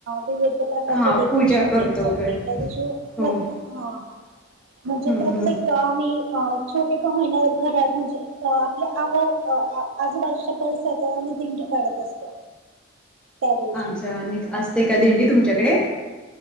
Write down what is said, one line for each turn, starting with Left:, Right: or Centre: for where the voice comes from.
Right: विविध प्रकारचे
Centre: हा
Right: डेकोरेशन
Centre: पूजा करतो
Right: केले जाते
Centre: वगैरे
Right: त्या दिवशी
Centre: हो
Right: हा म्हणजे
Centre: हम्म
Right: प्रत्येक
Centre: हम्म
Right: आम्ही. अ छोटे का होईना घरात म्हणजे आपल्या आव आजूबाजूच्या परिसरात. व्हाी दिंडी काढत असतो. त्या दिवशी
Centre: अच्छा असते का दिंडी तुमच्याकडे.